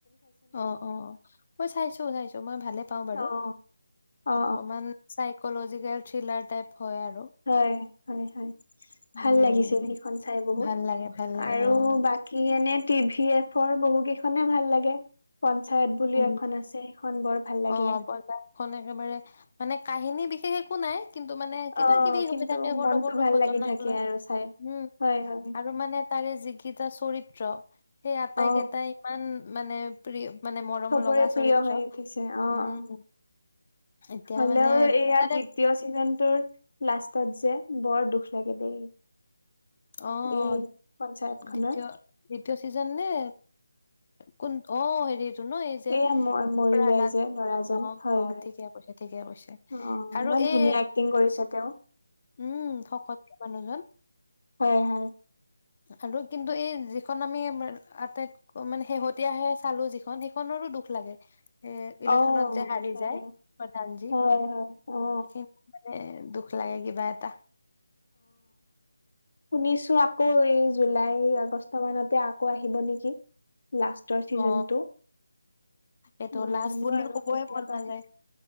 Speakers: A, on the left (about 40°); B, on the left (about 65°).
A: অ', অ', মই চাইছোঁ-চাইছোঁ মই ভালে পাওঁ বাৰু।
B: অ অ
A: অকমান চাইকলজিকেল থ্ৰিলাৰ টাইপ। হয় আৰু।
B: হয়, হয়-হয়, ভাল
A: উম
B: লাগিছিল সেইখন চাই বহুত।
A: ভাল লাগে ভাল লাগে
B: আৰু
A: অ',
B: বাকী এনে টি ভি এফৰ বহু কেইখনে ভাল লাগে। পঞ্চায়ত বুলি
A: উম
B: এখন আছে সেইখন বৰ ভাল লাগে।
A: অ', বজাৰখন একেবাৰে মানে কাহিনী বিশেষ একো নাই কিন্তু মানে কিবা
B: অ
A: কিবি
B: কিন্তু
A: হৈ থাকে সৰু-সৰু
B: মনটো ভাল
A: ঘটনাক
B: লাগি থাকে
A: লৈ।
B: আৰু চাই
A: উম।
B: হয় হয়
A: আৰু মানে তাৰে যিকিটা চৰিত্ৰ, সেই আটাইকেইটাই
B: অ
A: ইমান মানে প্ৰিয় মানে মৰম
B: চবৰে
A: লগা
B: প্ৰিয়
A: চৰিত্ৰ।
B: হৈ উঠিছে অ
A: উম।
B: অ
A: এতিয়া
B: হ'লেও
A: মানে
B: এইয়া
A: তাৰে
B: দ্বিতীয় চিজনটোৰ লাষ্টত যে বৰ দুখ লাগে দেই!
A: অ'।
B: এই পঞ্চায়ত খনৰ
A: দ্বিতীয়, দ্বিতীয় চিজন নে? কোন, অ'। টো ন, এই যে
B: এইয়া ম মৰি
A: প্ৰহ্লাদ
B: যায় যে ল'ৰাজন
A: অ'-অ'
B: হয় হয়
A: ঠিকে কৈছে ঠিকে কৈছে,
B: অ
A: আৰু
B: ইমান
A: এ,
B: ধুনীয়া এক্টিং কৰিছে তেওঁ
A: উম, সকত মানুহজন।
B: 'হয়'-'হয়'
A: আৰু কিন্তু এই যিখন আমি আটাইতক মানে শেহতীয়াহে চালোঁ যিখন, সেইখনৰ ৰো দুখ লাগে। এ ইলেকশ্যনত
B: অ
A: যে হাৰি
B: দুখ লাগে
A: যায় প্ৰধানজী,
B: হয় হয় অ
A: এই খিন দুখ লাগে কিবা এটা।
B: শুনিছোঁ আকৌ এই জুলাই, আগষ্ট মানতে আকৌ আহিব নেকি। লাষ্টৰ ছিজনটো
A: অ এইটো
B: নাজানো
A: লাজ বুলি
B: আৰু
A: কবই
B: কেতিয়াবা
A: মন নাযায়
B: আহে,